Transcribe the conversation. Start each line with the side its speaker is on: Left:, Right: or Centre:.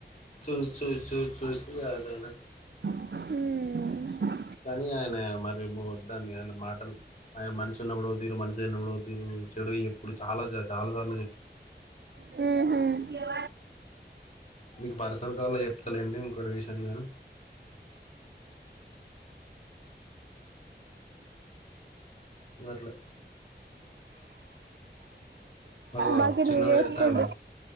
Left: చ చూ చూసి <unintelligible>
Right: హు
Left: కానీ ఆయన మరి మద్దాన్ని ఆయన మాటలు ఆయన మనిషి ఉన్నప్పుడుతరు మనిషిన్నప్పుడుతరు చెడు ఎప్పుడు చాలా చాలా సార్లు చెప్పిడు
Right: ఉ ఇవ
Left: మీకు పర్సన కాల్లో చెప్తలేండి ఇంకోటి విషయంగాని అట్లా అగో
Right: బాకీ
Left: చిన్నోడు
Right: మీద వేసుకుండు
Left: ఎడతాండు